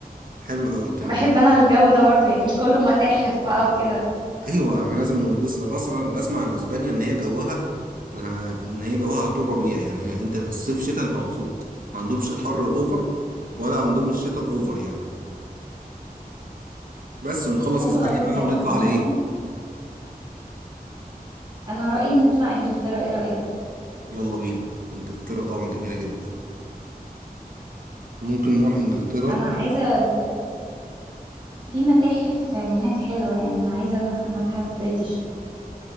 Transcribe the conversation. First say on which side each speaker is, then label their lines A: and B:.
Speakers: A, on the right; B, on the right.
A: حلو قوي الكلام
B: بحب
A: ده
B: انا الجو ده برضو يعني مش كله متاحف بقى وكده
A: ايوه احنا لازم ننبسط اصلا نسمع عن اسبانيا ان هي جوها ان هي جوها على طول ربيع يعني انت الصيف شتاء انت مبسوط ما عندهمش الحر الاوفر ولا عندهم الشتاء الاوفر يعني بس ونخلص
B: حلو
A: اسبانيا
B: قوي بجد
A: بقى ونطلع
B: وممكن
A: على ايه
B: انا رأيي نطلع انجلترا ايه رأيك
A: يلا بينا انجلترا طبعا جميله جدا ممكن نروح انجلترا
B: انا عايزة ب- في متاحف هناك حلوة يعني انا عايزة اروح متحف بريتش